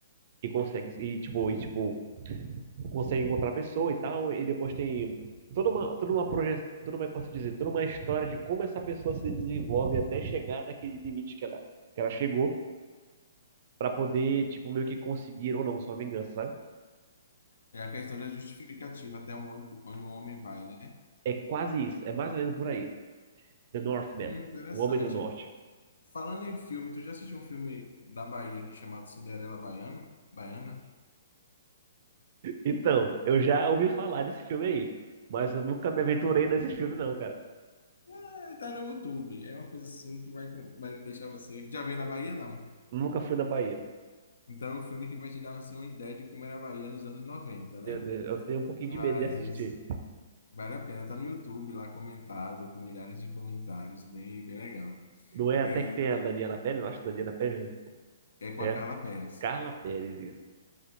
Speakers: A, on the right; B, on the left.
A: e consegue. E, tipo, e, tipo consegue encontrar a pessoa e tal, e depois tem toda uma, toda uma projeção, toda uma, posso dizer, toda uma história de como essa pessoa se desenvolve até chegar naquele limite que ela, que ela chegou para poder, tipo, meio que conseguir ou não sua vingança, sabe?
B: É a questão da justificativa, até onde, onde o homem vai, né?
A: É quase isso, é mais ou menos por aí. The Northman,
B: Hum, interessante.
A: O Homem do Norte.
B: Falando em filme, tu já assistiu um filme da Bahia aqui chamado Cinderela Baiana? Baiana?
A: Então, eu já ouvi falar desse filme aí, mas eu nunca me aventurei nesse filme não, cara.
B: É, tá no YouTube. É uma coisa assim que vai, vai deixar você. Já veio na Bahia, não?
A: Nunca fui na Bahia.
B: Então, é um filme que vai te dar assim, uma ideia de como era a Bahia nos anos 90, né?
A: Meu Deus, eu tenho um pouquinho
B: Mas
A: de medo de assistir.
B: vale a pena, tá no YouTube lá comentado, com milhares de comentários, bem, bem legal.
A: Não é
B: E
A: até que tem a Daniela Pérez, eu acho que Daniela Pérez, né?
B: é com
A: É,
B: a Carla Pérez,
A: Carla Pérez, isso.